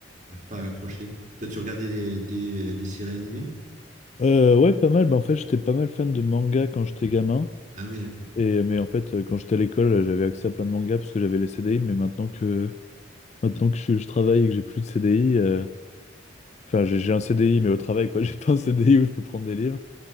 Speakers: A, on the right; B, on the left.
A: j'arrive pas à accrocher. Toi, tu regardais des, des, des séries animées?
B: Euh, ouais, pas mal. Bah, en fait, j'étais pas mal fan de manga quand j'étais gamin.
A: Ah oui, d'accord.
B: Et, mais en fait, euh, quand j'étais à l'école, euh, j'avais accès à plein de mangas parce que j'avais les CDI. Mais maintenant que, maintenant que je, je travaille et que j'ai plus de CDI, euh, enfin, j'ai j'ai un CDI, mais au travail, quoi. <laughs> J'ai pas un CDI où je peux prendre des livres.